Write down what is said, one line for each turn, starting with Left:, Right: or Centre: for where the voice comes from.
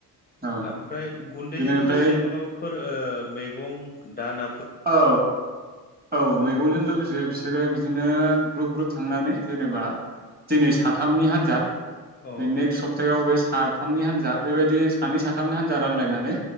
Right: औ
Left: ओमफ्राय गुन्दैजों
Right: बिनो
Left: लोगोसे
Right: ओमफ्राय
Left: माबाफोर ओ मैगं दान
Right: औ औ मैगंजों लोगोसे बिसोरो बिदिनो ग्रुप ग्रुप थांनानै जेनेबा दिनै साथामनि हान्जा
Left: औ
Right: बे नेक्ट सप्तायाव बेस साथामनि हान्जा बेबायदि सानै साथामनि हान्जा रानलायनानै